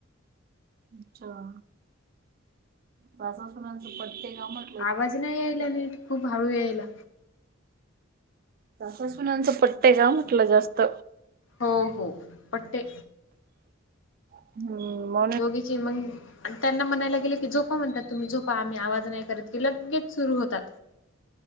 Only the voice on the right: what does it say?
अच्छा. सासासूनाच पटतय का? म
सासासुनांचं पटतंय का म्हटलं? जास्त.
हम्म. म